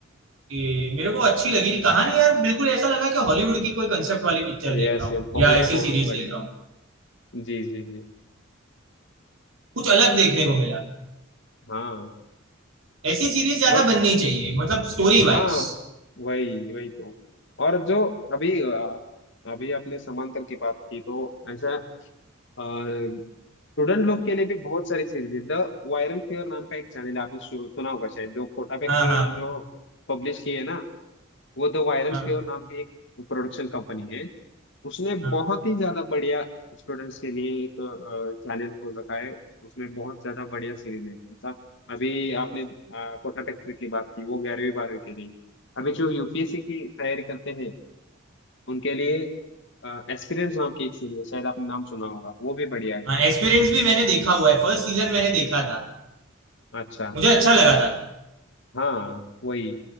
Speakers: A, on the right (about 70°); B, on the left (about 60°).
A: कि मेरे को अच्छी लगी थी कहानी यार बिल्कुल ऐसा लगा कि हॉलीवुड की कोई कंसेप्ट वाली पिक्चर
B: यस
A: देख रहा हूँ
B: बहुत
A: या ऐसी
B: बहुत
A: सीरीज
B: बढ़िया
A: देख
B: है
A: रहा हूँ
B: जी जी जी
A: कुछ अलग देखने को मिला
B: हाँ
A: ऐसी सीरीज ज्यादा
B: और
A: बननी चाहिए मतलब स्टोरी वाइज
B: हाँ वही वही तो और जो अभी अ, अभी आपने समांतर की बात की तो ऐसा स्टूडेंट लोग के लिए भी बहुत सारी सीरीज है द वायरल फीवर नाम का एक चैनल है आपने सु- सुना होगा शायद जो कोटा फैक्ट्री
A: हाँ हाँ
B: जो पब्लिश की है ना वो द वायरल
A: हाँ
B: फीवर नाम की एक प्रोडक्शन कंपनी है उसने
A: हाँ
B: बहुत ही ज्यादा बढ़िया स्टूडेंट्स के लिए एक चैनल खोल रखा है उसमें बहुत ज्यादा बढ़िया सीरीज है मतलब अभी आपने अ, कोटा फैक्ट्री की बात की वो ग्यारहवीं बारहवीं के लिए अभी जो यूपीएससी की तैयारी करते हैं उनके लिए एक्सपीरियंस नाम की एक सीरीज है शायद आपने नाम सुना होगा वो भी बढ़िया है
A: हाँ एक्सपीरियंस भी मैंने देखा हुआ है फर्स्ट सीजन मैंने देखा था
B: अच्छा
A: मुझे अच्छा लगा था
B: हाँ वही